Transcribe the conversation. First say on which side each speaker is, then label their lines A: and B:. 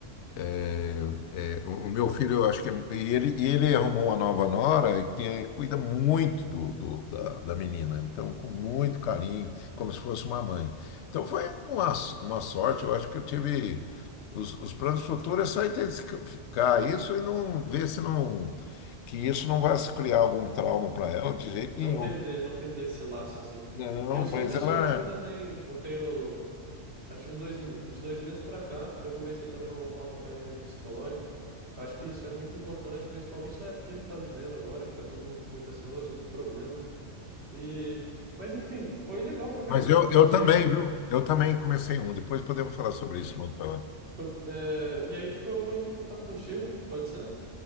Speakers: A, on the left; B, on the right.
A: É, é, o, o meu filho, eu acho que é- e ele, e ele arrumou uma nova nora que é, cuida muito do, do- da, da menina, então com
B: Uhum,
A: muito carinho, como se fosse uma mãe. Então foi uma, s- uma sorte, eu acho que eu tive os, os planos futuros é só intensificar isso e não ver se não que isso não vai criar algum trauma
B: uhum.
A: para ela de jeito
B: não
A: nenhum.
B: perder, não perder esse laço, assim.
A: Não,
B: Eu sou
A: mas
B: uma pessoa
A: ela.
B: hoje que também,
A: é.
B: eu tenho, acho que um dois, me- de dois meses pra cá, eu comecei também um, um acompanhamento psicológico. Eu acho que isso é muito importante, principalmente na época que a gente tá vivendo agora, que tá todo mundo tipo, muito ansioso, muito problema. E, mas enfim, foi legal trocar
A: Mas
B: esse papo
A: eu,
B: contigo.
A: eu também, viu? Eu também comecei um. Depois podemos falar sobre
B: Uhum.
A: isso, uma outra hora.
B: Foi- é, e aí, tipo, eu entro em contato contigo, pode ser?